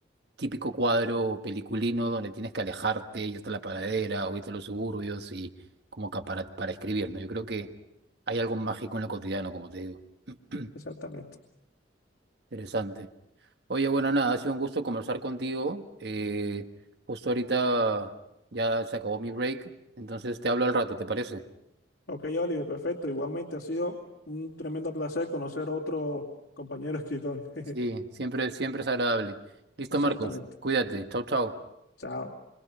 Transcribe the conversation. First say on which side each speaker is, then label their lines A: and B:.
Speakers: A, on the right; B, on the left.
A: típico cuadro peliculino donde tienes que alejarte, y hasta la paradera o irte a los suburbios y como que para, para escribir, ¿no? Yo creo que hay algo mágico en lo cotidiano, como te digo. <clears throat>
B: Exactamente.
A: Interesante. Oye, bueno, nada, ha sido un gusto conversar contigo. Eh, justo ahorita ya se acabó mi break, entonces te hablo al rato, ¿te parece?
B: Ok, Oliver, perfecto. Igualmente ha sido un tremendo placer conocer a otro compañero escritor. <laughs>
A: Sí, siempre, siempre es agradable. Listo,
B: Exactamente.
A: Marcos, cuídate. Chau, chau.
B: Chao.